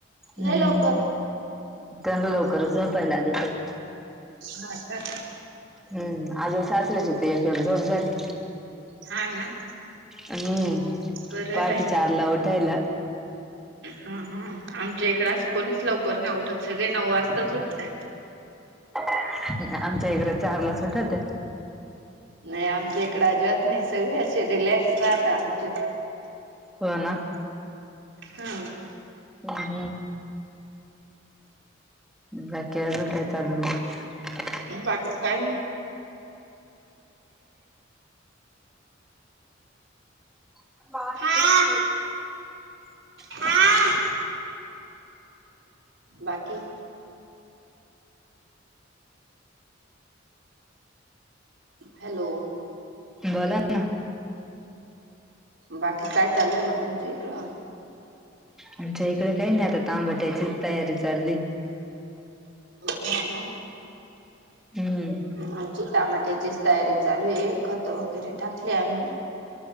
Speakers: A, in the centre; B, on the right.
A: हम्म,
B: लय लवकर.
A: त्यांना लवकरच झपायला लागत आहे.
B: हा का?
A: हम्म, आज्या सासऱ्याची तर एक एक झोप झाली.
B: हाय ना?
A: हम्म,
B: बरं
A: पाठी
B: आहे बाई.
A: चारला ऊठायला.
B: हा हा, आमच्या इकडे असं कोणीच लवकर नाही उठत सगळे नऊ वाजताच उठतात.
A: <inaudible> आमच्या इकड चारलाच उठत्यात.
B: नाही आमच्या इकडे आजबात नाही, सगळशी रिलॅक्स राहता आमचे
A: हो ना?
B: हा
A: हम् हम् बाकी अजून काय चाललंय मग
B: बाकी काय नाही.
A: <inaudible>
B: हा हा बाकी हॅलो
A: बोला ना
B: बाकी काय चाललंय मग तुमच्या इकडं
A: आमच्या इकडे काही नाही आता टामाट्याचीचं तयारी चालली.
B: हा हा
A: हम्म
B: आमची टामाट्याचीच तयारी चालू आहे खंत वगैरे टाकले आम्ही